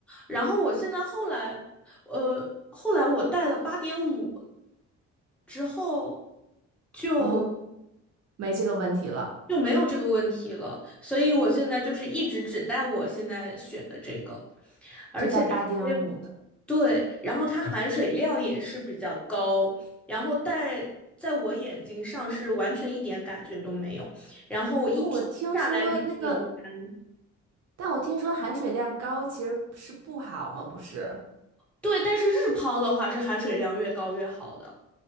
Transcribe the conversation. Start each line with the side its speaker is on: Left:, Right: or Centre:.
Centre: 然后我现在后来，呃，后来我戴了八点五之后就。
Right: 嗯，没这个问题了，
Centre: 就没有这个问题了，所以我现在就是一直只带我现在选的这个，而且它还有
Right: 就戴八点五的。
Centre: 对，然后它含水量也是比较高，然后戴在我眼睛上是完全一点感觉都没有，然后我一天下来眼睛也不干。
Right: 那我听说那个，但我听说含水量高其实是不好吗？不是？
Centre: 对，但是日抛的话是含水量越高越好的。